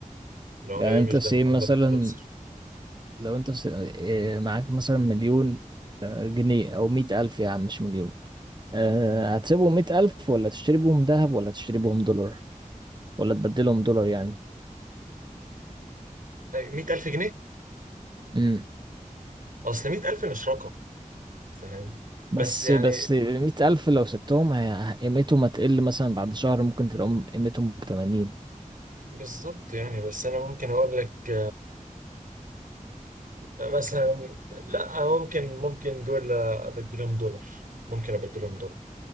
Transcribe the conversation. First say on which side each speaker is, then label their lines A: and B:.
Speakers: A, on the right (about 80°); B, on the right (about 30°).
A: ان هو
B: يعني
A: هي
B: انت
A: مش
B: سيب
A: ذهب او
B: مثلا
A: ده بتخسر
B: لو انت س- إيه، معاك مثلا مليون آه، جنيه او مئة الف يا عم مش مليون آه، هتسيبهم مئة الف ولا تشتري بهم ذهب ولا تشتري بهم دولار ولا تبدلهم دولار يعني
A: 100000 جنيه
B: امم
A: اصل 100000 مش رقم فاهم
B: بس
A: بس يعني
B: بس مئة الف لو سبتهم هي- قيمتهم هتقل مثلا بعد شهر ممكن تلاقيهم قيمتهم بتمانين
A: بالظبط يعني بس انا ممكن اقول لك مثلا لا ممكن ممكن دول ابدلهم دولار ممكن ابدلهم دولار